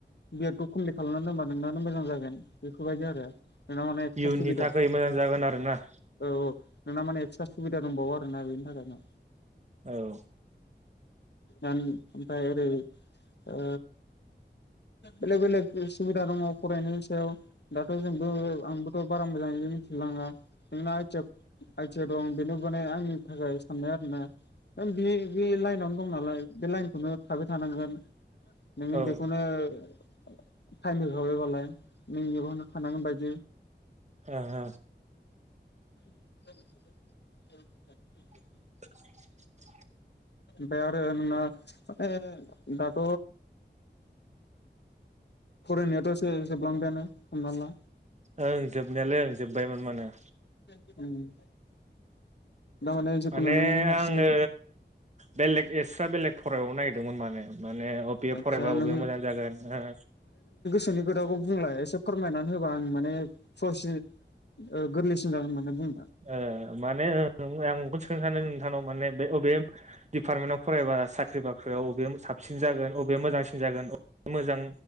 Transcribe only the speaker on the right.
इयुननि
थाखाय मोजां जागोन आरोना।
औ
औ
ओ ओ
<inaudible>
ओं जोबनायालाय ओं जोबबायमोन मानो
माने
आङो बेलेग एक्सट्रा बेलेग फराबावनो नागिरदोंमोन माने माने अबि ए
फरायबा
अबे मोजां जागोन ओ
ओ माने आं बेखौनो सोंनो सानो नोंथांनाव माने बे अ बे डिपार्टमेन्टाव फरायबा साख्रिबा फ्रियाव औ बे साबसिन जागोन अबे मोजांसिन जागोन अबे मोजां